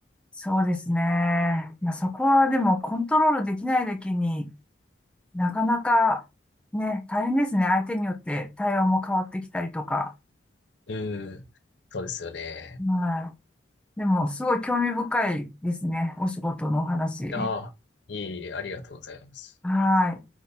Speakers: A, in the centre; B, on the left.
A: そうですね。いや、そこはでもコントロールできないだけになかなかね、大変ですね。相手によって対応も変わってきたりとか。
B: うん。そうですよね。
A: はい。でも、すごい興味深いですね。お仕事のお話。
B: ああ、いえいえ、ありがとうございます。
A: はい。